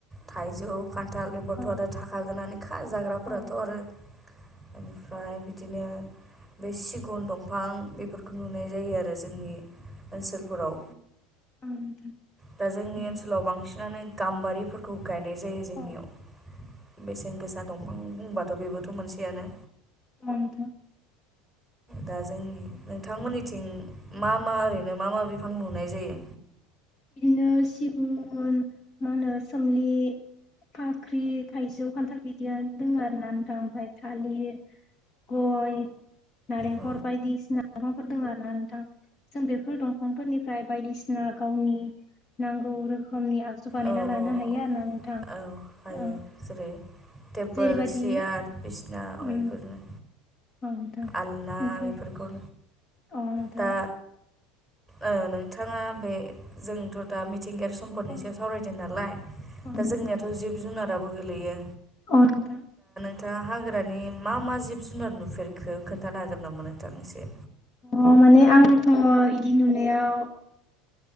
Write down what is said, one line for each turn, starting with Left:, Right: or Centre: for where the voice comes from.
Centre: थाइजौ खान्थाल बेफोरथ'
Left: औ
Centre: आरो थाखा गोनानोखा जाग्राफोराथ'
Left: औ
Centre: आरो ओमफ्राय बिदि बिदिनो बे सिगुन दंफां बेफोरखौ नुनाय जायो आरो जोंनि ओनसोलफोराव
Left: नोंथां
Centre: दा जोंनि
Left: उम
Centre: ओनसोलाव बांसिनानो गाम्बारिफोरखौ गायनाय जायो जोंनियाव
Left: औ नोंथां औ
Centre: बेसेन गोसा दंफां बुंबाथ' बेबोथ' मोनसेयानो
Left: औ नोंथां
Centre: दा जोंनि नोंथांमोननि थिं मा मा ओरैनो मा मा बिफां नुनाय जायो
Left: बिदिनो सिगुन मा होनो सोमलि फाख्रि, थाइजौ, खान्थाल बिदिया दङ आरो ना नोंथां ओमफ्राय थालिर, गय, नारेंखल
Centre: औ
Left: बायदिसिना लाइफांफोर दङ आरो ना नोंथां। जों बेफोर दंफांफोरनिफ्राय गजु बानायना
Centre: औ
Left: लानो
Centre: औ औ
Left: हायो आरोना नोंथां,
Centre: औ हायो
Left: ओ
Centre: जेरै टेबोल,
Left: जेरैबायदि
Centre: सियार, बिसना बेफोरनो
Left: उम औ नोंथां
Centre: आलना
Left: ओमफ्राय
Centre: बेफोरखौ
Left: अ नोंथां
Centre: दा ओ नोंथाङा बे जोंथ' दा मि थिंगायारि सम्पदनि
Left: अ
Centre: सायाव सावरायदों नालाय
Left: अ
Centre: दा
Left: नोंथां
Centre: जोंनियाथ' जिब जुनाराबो गोलैयो।
Left: अ नोंथां
Centre: नोंथा हाग्रानि मा-मा जिब जुनार नुफेरखो खोनथानो हागोन नामा नोंथां एसे?
Left: अ माने आंथ' इदि नुनायाव